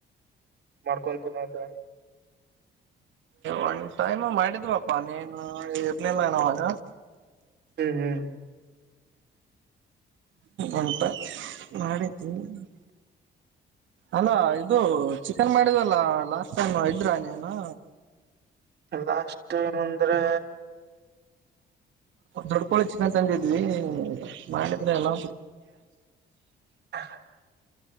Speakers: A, on the right (about 55°); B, on the right (about 75°).
A: ಮಾಡ್ಕೊಂತಿನ್ನೋದು.
B: ಒನ್ ಟೈಮ್ ಮಾಡಿದ್ವಪ್ಪಾ ನೀನು ಇರ್ಲಿಲ್ಲನೆಅವಾಗ.
A: ಹ್ಮ್, ಹ್ಮ್
B: ಉಲ್ಪ ಮಾಡಿದ್ದೀನಿ <unintelligible> ಅಲ್ಲಾ ಇದು ಚಿಕನ್ ಮಾಡಿದಲ್ಲ ಲಾಸ್ಟ್ ಟೈಮ್ ಇದ್ರಾ ನೀನು.
A: ಲಾಸ್ಟ್ ಟೈಮ್ ಅಂದ್ರೆ
B: ದೊಡ್ಕೊಳಿ ಚಿಕ್ಕನ್ ತಂದಿದ್ವಿ ಮಾಡಿದ್ರೆ ಎಲ್ಲಾ
A: <inaudible>